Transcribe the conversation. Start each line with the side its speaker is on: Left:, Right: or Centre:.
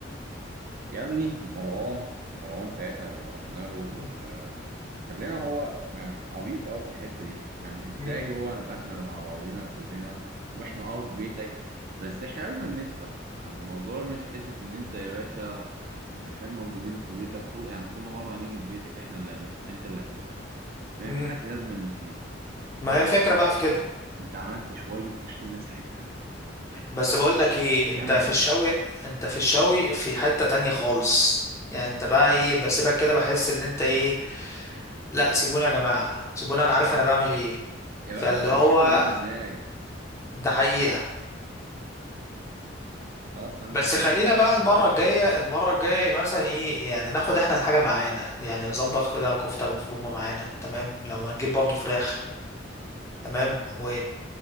Right: يا ابني مروان مروان ساعتها لما رحنا له
Left: مم،
Right: آه، خلينا هو يعني عبيط قوي في الحتة دي يعني ازاي
Left: مم،
Right: هو نبقى احنا مع بعضينا وكلنا واحنا اه في بيتك بس احنا لازم ندفع يعني الموضوع مش حتة ان انت يا باشا آه، عشان موجودين في بيتك كل يعني كل مرة هنيجي في بيتك احنا اللي هندفع انت اللي هتدفع ما
Left: مم.
Right: ينفعش لازم نشيل
Left: ما
Right: بس
Left: هي الفكرة بقى في كده
Right: انت عملت شوية طحينة ساعتها
Left: بس بقول لك إيه
Right: جامدة
Left: أنت في الشوي أنت في الشوي في حتة تانية خالص يعني انت بقى ايه بسيبك كده بحس ان انت ايه لا سيبوني يا جماعة سيبوني انا عارف انا بعمل ايه
Right: يا
Left: فاللي
Right: باشا اصل
Left: هو
Right: الشوي ده مزاج
Left: ده حقيقة
Right: ده اصلا
Left: بس
Right: لما-
Left: خلينا
Right: ال-
Left: بقى المرة الجاية المرة الجاية مثلا ايه يعني ناخد احنا الحاجة معانا يعني نظبط كده كفتة مفرومة معانا تمام لو هنجيب برضو فراخ تمام و